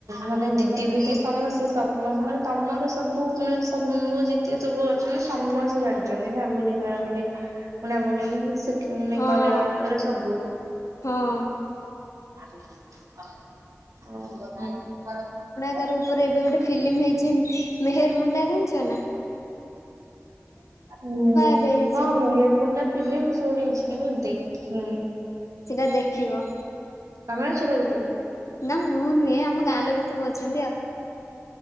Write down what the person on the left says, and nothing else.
ହଁ
ହଁ।
ତାର ଉପରେ ଏବେ ଗୋଟେ ଫିଲ୍ମ ହେଇଚି ମେହେର ମୁଣ୍ଡା ଜାଣିଚନା?
ଏବେ ହେଇଛି
ସେଟା ଦେଖିବ।
ନା ମୁଁ ନୁହେଁ ଆମ ଗାଁଲୋକ ସବୁ ଅଛନ୍ତି ଆଉ।